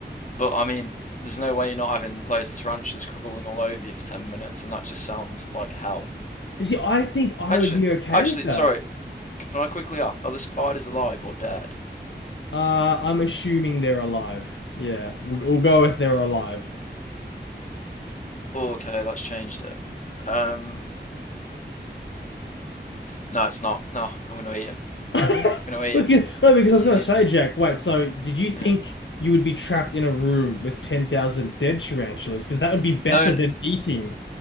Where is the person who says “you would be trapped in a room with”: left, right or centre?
Left